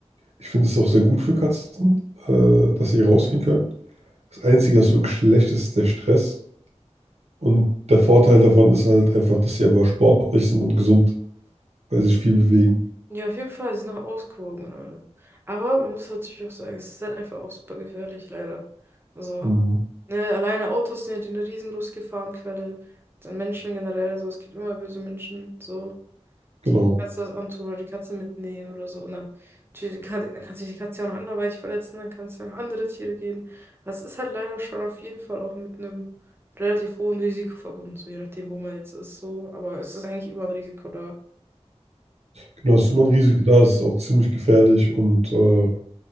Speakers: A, on the right; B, on the right.
A: ich finde es auch sehr gut für Katzen, äh, dass sie rausgehen können. Das Einzige, was wirklich schlecht ist, ist der Stress. Und der Vorteil davon ist halt einfach, dass sie aber sportlich sind und gesund, weil sie sich viel bewegen.
B: Ja, auf jeden Fall, sie sind noch ausgewogen und alle. Aber man muss natürlich auch sagen, es ist halt einfach auch super gefährlich, leider. Also,
A: Mhm.
B: ne, alleine Autos sind ja eine riesengroße Gefahrenquelle. Dann Menschen generell, so, es gibt immer böse Menschen, so,
A: Genau.
B: die Katze das antun oder die Katze mitnehmen oder so. Und dann, natürlich, die Katze- dann kann sich die Katze ja auch noch anderweitig verletzen, dann kann es ja noch andere Tiere geben. Also, es ist halt leider schon auf jeden Fall auch mit einem relativ hohen Risiko verbunden, so je nachdem, wo man jetzt ist, so. Aber es ist eigentlich immer ein Risiko da,
A: Genau,
B: so.
A: es ist immer ein Risiko da, es ist auch ziemlich gefährlich und, äh,